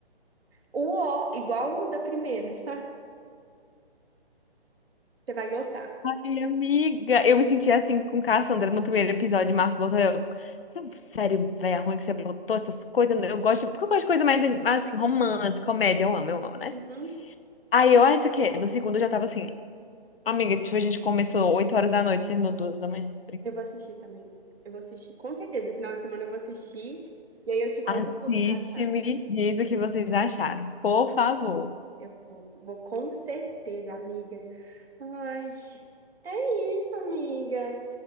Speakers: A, on the right (about 70°); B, on the left (about 65°).
A: o ó, igual o da primeira, sabe? Você vai gostar.
B: Ai, amiga, eu me senti assim com Cassandra no primeiro episódio. Marcos botou eu. Sério, velho, ruim que você botou essas coisas. Eu gosto, porque eu gosto de coisa mais assim, romance, comédia. Eu amo, eu amo, né?
A: Uhum.
B: Aí eu, ah, isso aqui. No segundo eu já tava assim, amiga, tipo, a gente começou 8 horas da noite, terminou duas da manhã.
A: Eu vou assistir também. Eu vou assistir, com certeza. Final de semana eu vou assistir. E aí eu te conto
B: Assiste,
A: tudo que eu achar.
B: e me diz o que vocês acharam, por favor.
A: Eu vou, vou com certeza, amiga. Ai, é isso, amiga.